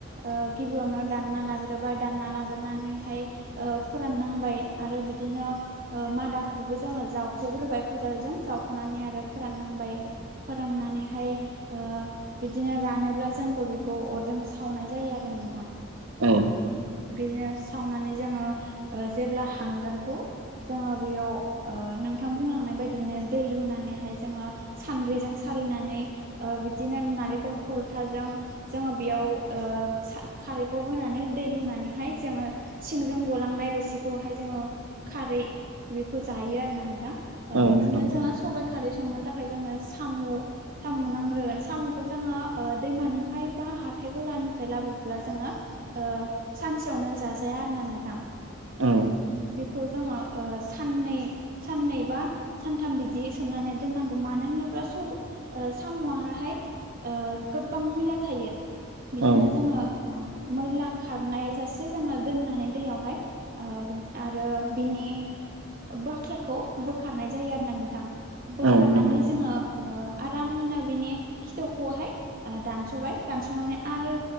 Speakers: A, on the right; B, on the right.
A: ओ गिबियावनो दानना लाग्रोबाय दानना लाग्रोनानैहाय ओ फोराननांबाय आरो बिदिनो ओ मादाखौबो जोङो जावख'ग्रोबाय खदालजों जाव सख'नानै आरो फोराननांबाय फोराननानैहाय ओ बिदिनो रानोब्ला जोंबो बेखौ अरजों सावनाय जायो आरो नोंथां
B: औ
A: बिदिनो सावनानै जोङो जेब्ला हांगारखौ जोङो बेयाव ओ नोंथां बुंलांनाय बायदिनो दै लुनानैहाय जोङो सान्द्रिजों सालिनानै ओ बिदिनो नालेंखल खलथाजों जोङो बेयाव ओ ओ सा खारैखौ होनानै दै लुनानैहाय जोङो सिंजों गलांनाय रोसिखौहाय जोङो खारै बेखौ जायो आरोना नोंथां ओ
B: औ
A: बिदिनो
B: नंगौ
A: सबाय खारै संनो थाखाय जोंनो सामु सामु नांग्रोगोन सामुखौ जोङो दैमानि हफाय बा हाथाइ गलानिफ्राय लाबोब्ला जोङो ओ सानसेयावनो जाजाया आरोना नोंथां
B: औ
A: बेखौ जोङो ओ साननै साननै बा सान सानथाम बिदि सोमनानै दोननांगौ मानो होनोब्ला स ओ साम'आहाहाय ओ गोबां मैला थायो बिदिनो
B: औ
A: जोङो ओ मैला खारनाय जासे जोङो दोननानै दैयावहाय ओ बिद आरो बिनि बाख्लाखौ बोखारनाय जायो आरो ना नोंथां बोखारनानै
B: औ नंगौ
A: जोङो ओ आरामनो बिनि खिथौवखौहाय दानस'बाय दानस'नानै आरो